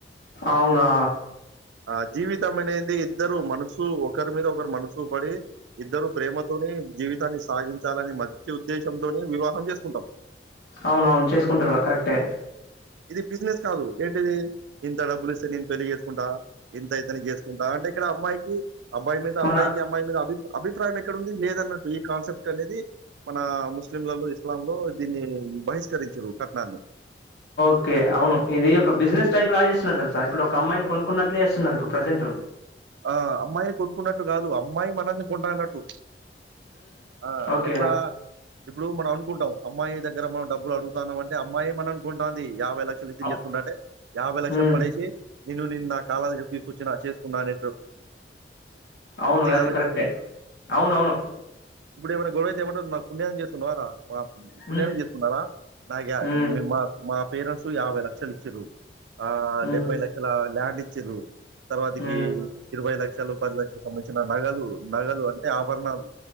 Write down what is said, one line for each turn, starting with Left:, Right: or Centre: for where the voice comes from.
Left: అవునా
Right: ఆ జీవితం అనేది ఇద్దరు మనసు ఒకరి మీద ఒకరు మనసు పడి ఇద్దరు ప్రేమతోని జీవితాన్ని సాగించాలని మంచి ఉద్దేశంతోని వివాహం చేసుకుంటాం
Left: అవును అవును చేసుకుంటారు కరెక్టే
Right: ఇది బిజినెస్ కాదు ఏంటిది ఇంత డబ్బులు ఇస్తే నేను పెళ్లిి చేసుకుంటా ఇంత అయితే ఇది బిజినెస్ కాదు ఏంటిది ఇంత డబ్బులిస్తే పెళ్లి చేసుకుంటా అంటే ఇక్కడ అమ్మాయికి అబ్బాయి మీద అబ్బాయికి
Left: మన
Right: అమ్మాయి మీద అభి అభిప్రాయం ఎక్కడ ఉంది ఈ కాన్సెప్ట్ అనేది మన ముస్లింలలో ఇస్లాం లో దీన్ని బహిష్కరించరు కట్నాన్ని
Left: ఓకే అవును ఇది ఒక బిజినెస్ టైప్ లాగా ఇది ఓకే అవును ఒక బిజినెస్ టైపులో చేస్తున్నారు తెలుసా ఇప్పుడు ఒక అమ్మాయిని కొనుక్కున్నట్లే చేస్తున్నారు ఇప్పుడు ప్రజెంట్
Right: ఆ అమ్మాయి కొనుక్కున్నట్టు అట్లా కాదు అమ్మాయి మనల్ని కొనుక్కున్నట్టు ఆ
Left: ఓకే
Right: ఎట్లా ఇప్పుడు మనం అనుకుంటాం అమ్మాయి దగ్గర మనండబులు అడుగుతాం అంట అమాయి మననుకుంటాంది ై లక్షలు
Left: అవ్-
Right: చేసుకుంటాడే యాభై లక్షలు
Left: మ్.
Right: పడేసి నేను నిన్న నా కా వ చేసుకున్నాను
Left: అవును అది
Right: ఆలోచిస్తే
Left: కరెక్టే అవునువును
Right: ఇ గోడవైతేమంట మాకు పుణం చేస్తున్నారా మా పుణ్యానికి
Left: హ్మ్
Right: చేస్తున్నారా నాకు
Left: హ్మ్
Right: మా మా పేరెంట్స్ యాై క్షలులి ఇచ్చు ఆ
Left: హ్మ్
Right: డెబ్బై లక్షల ల్యాండ్ ఇచ్చారు తర్వాతికి
Left: హ్మ్
Right: ఇరవై లక్షలు పది లక్షలు సంబంధించిన నగలు నగలు అంటే ఆభరణాలు